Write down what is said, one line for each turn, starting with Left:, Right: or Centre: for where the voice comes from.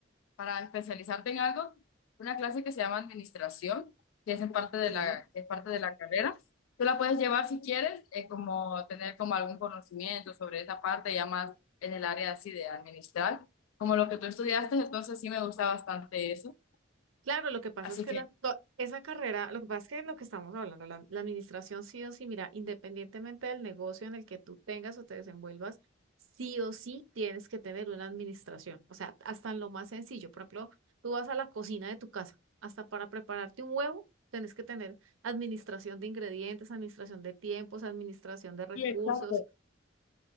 Left: para especializarte en algo, una clase que se llama administración, que es en parte de
Right: sí
Left: la, que es parte de la carrera. Tú la puedes llevar si quieres, eh, como tener como algún conocimiento sobre esa parte, ya más en el área así de administrar, como lo que tú estudiaste, entonces sí me gusta bastante eso.
Right: Claro, lo que pasa
Left: Así
Right: es que
Left: que...
Right: la, to- esa carrera, lo que pasa es que es lo que estamos hablando, la, la administración sí o sí, mira, independientemente del negocio en el que tú tengas o te desenvuelvas, sí o sí tienes que tener una administración. O sea, hasta en lo más sencillo. Por ejemplo, tú vas a la cocina de tu casa, hasta para prepararte un huevo, tienes que tener administración de ingredientes, administración de tiempos, administración de recursos.
Left: Sí, exacto.